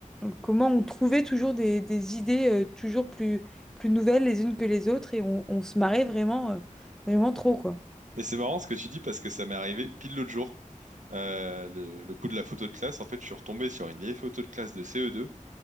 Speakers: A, in the centre; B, on the right.
A: comment on trouvait toujours des, des idées euh, toujours plus, plus nouvelles les unes que les autres et on, on se marrait vraiment, euh, vraiment trop, quoi.
B: Mais c'est marrant ce que tu dis parce que ça m'est arrivé pile l'autre jour. Euh, le, le coup de la photo de classe, en fait, je suis retombé sur une vieille photo de classe de CE2